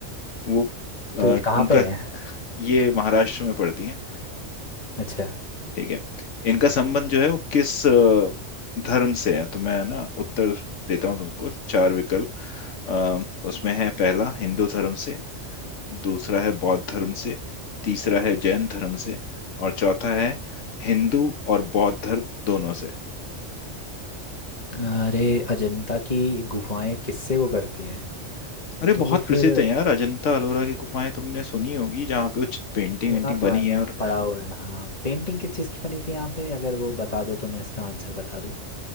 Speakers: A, on the left (about 80°); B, on the left (about 35°).
A: वो अ,
B: तो ये कहाँ
A: उनका
B: पे है
A: ये महाराष्ट्र में पड़ती हैं
B: अच्छा
A: ठीक है इनका संबंध जो है वो किस अ, धर्म से है तो मैं है ना उत्तर देता हूँ तुमको चार विकल्प अ, उसमें है पहला हिंदू धर्म से दूसरा है बौद्ध धर्म से तीसरा है जैन धर्म से और चौथा है हिंदू और बौद्ध धर्म दोनों से
B: अरे अजंता की गुफाएं किससे वो करती हैं
A: अरे
B: तो
A: बहुत प्रसिद्ध
B: फिर
A: है यार अजंता अलोरा की गुफाएं तुमने सुनी होगी जहाँ पे कुछ पेंटिंग
B: सुना
A: वेंटिंग बनी
B: तो है
A: है
B: मैंने
A: और
B: पढ़ा हुआ है हाँ पेंटिंग किस चीज़ की बनी थी यहाँ पे अगर वो बता दो तो मैं इसका आंसर बता दूँ